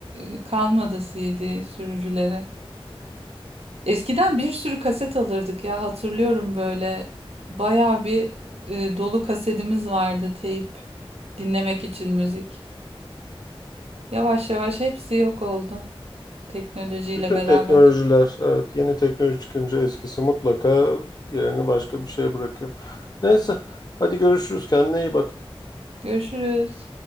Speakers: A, on the right; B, on the left.
A: e, kalmadı CD sürücüleri. Eskiden bir sürü kaset alırdık ya hatırlıyorum böyle bayağı bir e, dolu kasetimiz vardı teyp dinlemek için müzik. Yavaş yavaş hepsi yok oldu teknolojiyle
B: Bütün
A: beraber.
B: teknolojiler, evet, yeni teknoloji çıkınca eskisi mutlaka yerini başka bir şeye bırakıyor. Neyse, hadi görüşürüz. Kendine iyi bak.
A: Görüşürüz.